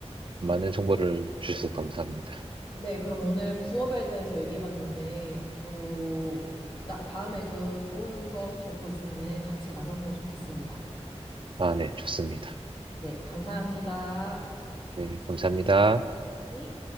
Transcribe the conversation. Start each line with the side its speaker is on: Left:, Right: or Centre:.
Right: 많은 정보를 주셔서 감사합니다.
Left: 네, 그럼 오늘 부업에 대해서 얘기해봤는데, 또, 나, 다음에도 좋은 부업 정보 있으면은 같이 나눠보면 좋겠습니다.
Right: 아, 네, 좋습니다.
Left: 네, 감사합니다.
Right: 네, 감사합니다.
Left: 네.